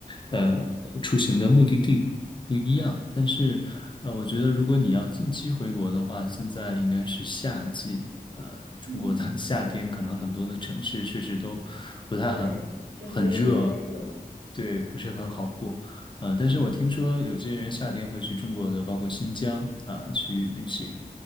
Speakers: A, on the left (about 30°); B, on the right (about 80°).
A: 呃，出行的目的地不一样，但是呃，我觉得如果你要近期回国的话，现在应该是夏季。呃，中国的
B: 嗯，
A: <laughs> 夏天可能很多的城市确实都不太很很热，
B: 对，就非常的热。
A: 对，不是很好过。呃，但是我听说有些人夏天会去中国的，包括新疆啊，去旅行。